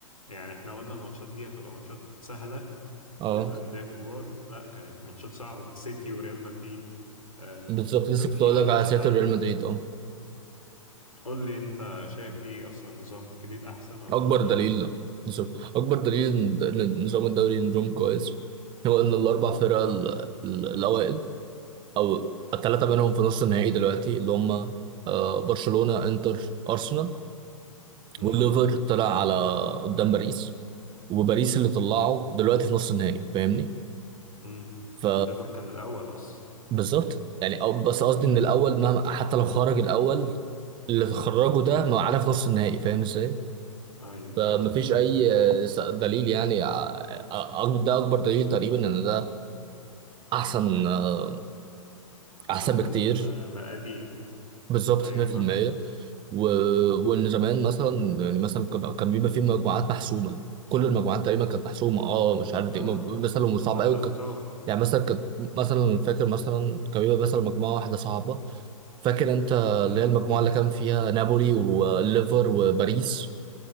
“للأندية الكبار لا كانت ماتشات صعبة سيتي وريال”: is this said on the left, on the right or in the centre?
Left